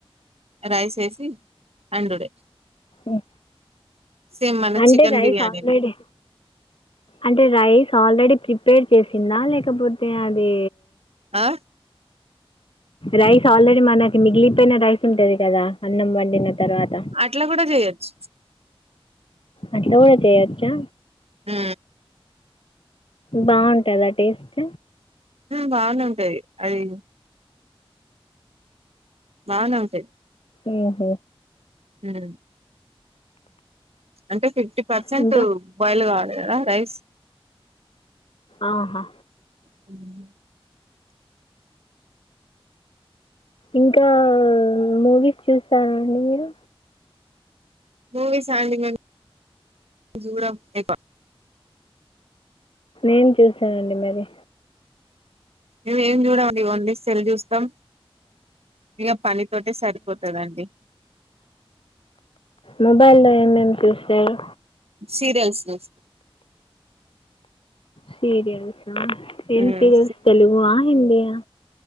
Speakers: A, on the right; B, on the left.
A: రైస్ వేసి అండుడే
B: ఓ
A: సేమ్ మన
B: అంటే
A: చికెన్
B: రైస్
A: బిర్యానీని
B: ఆల్రెడీ అంటే రైస్ ఆల్రెడీ ప్రిపేర్ చేసిందా లేకపోతే అది
A: ఆ
B: రైస్ ఆల్రెడీ మనకి మిగిలిపోయిన రైస్ ఉంటది కదా అన్నం వండిన తర్వాత
A: అట్లా కూడా చేయొచ్చు.
B: అట్ల కూడ చేయచ్చా.
A: ఆ
B: బావుంటదా టేస్ట్?
A: బానే ఉంటది అది. బానే ఉంటయి.
B: ఉహ్
A: హ్ అంటే ఫిఫ్టీ పర్సెంట్
B: ఇంకా
A: బాయిల్ కావాలె కదా రైస్.
B: ఆహా
A: అవు
B: ఇంకా మూవీస్ చూస్తార అండి మీరు.
A: మూవీసా అండి మేం చూడం ఎక్కువ.
B: ఏం చూస్తారండి మరి.
A: మేము ఏం చూడమండి ఓన్లీ సెల్ చూస్తం. ఇగ పనితోటే సరిపోతదండి.
B: మోబైల్లో ఎం ఎం చూస్తరు.
A: సీరియల్స్ చూస్తం.
B: సీరియల్సా.
A: చూస్తాం
B: ఏం సీరియల్స్ తెలుగు ఆ హిందీ ఆ.